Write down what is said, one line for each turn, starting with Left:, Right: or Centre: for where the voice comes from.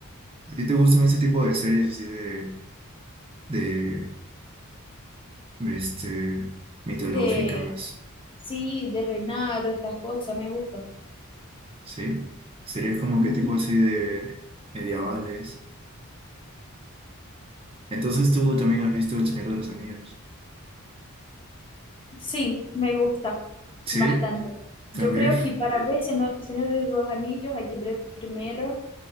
Right: ¿a ti te gustan ese tipo de series así de, de, este, mitológicas?
Left: De, Sí, de reinado, estas cosas, me gusta.
Right: ¿Sí? Series como
Left: Ujú.
Right: que tipo así de medievales. Entonces tú también has visto El Señor de los Anillos.
Left: Sí, me gusta
Right: Sí,
Left: bastante.
Right: también.
Left: Yo creo que para ver Seno- Señor de los Anillos hay que ver primero